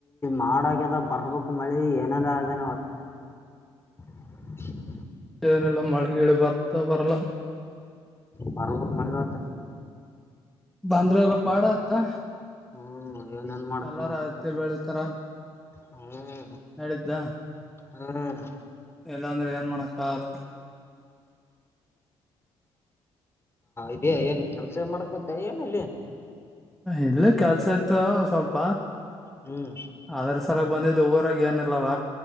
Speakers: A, on the left (about 20°); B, in the centre.
A: ಮಾಡಾಗ್ಯದ ಬರ್ಬೇಕು ಮಳಿ ಏನೇನ ಆದೇನ ಇವತ್ತ <inaudible>
B: ಎನಿಲ್ಲ ಮಳಿಗಿಳಿ ಬರ್ತಾದ ಬರಲ್ಲ
A: ಬರಬೇಕ ಮಳಿ ಇವತ್ತ
B: ಬಂದ್ರ ಎಲ್ಲ ಪಾಡತ್ತದ
A: ಹ್ಮ್ ಏನೇನ್ ಮಾಡ್ತೇನ
B: ಎಲ್ಲಾರು ಹತ್ತಿ ಬೆಳಸತಾರ
A: ಹ್ಮ್
B: ನಡಿತ್ತದ
A: ಹ್ಮ್
B: ಎಲ್ಲಾ ಅಂದ್ರ ಏನ್ ಮಾಡಕಾಗಲ
A: ಇದೆ ಏನ್ ಕೆಲ್ಸ ಮಾಡ್ಕೊಂತ ಏನ ಎಲ್ಲಿ
B: ಇಲ್ಲೆ ಕೆಲ್ಸ ಇತ್ ಸ್ವಲ್ಪ
A: ಹ್ಮ್
B: ಅದ್ರ ಸಲಕ್ ಬಂದಿದ್ದೆ ಊರಾಗ ಏನಿಲ್ಲಲ್ಲ